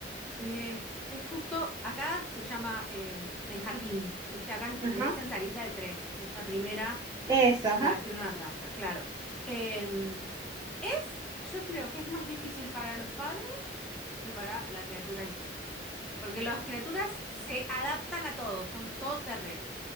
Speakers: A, in the centre; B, on the right (about 20°).
A: eh, es justo, acá se llama em, el jardín, ¿viste? Acá
B: Ajá,
A: le dicen salita de tres, que es la primera
B: esa,
A: en
B: ajá,
A: la que uno arranca, claro. Em, es, yo creo que es más difícil para los padres que para la criatura en sí. Porque las criaturas se adaptan a todo, son todoterreno,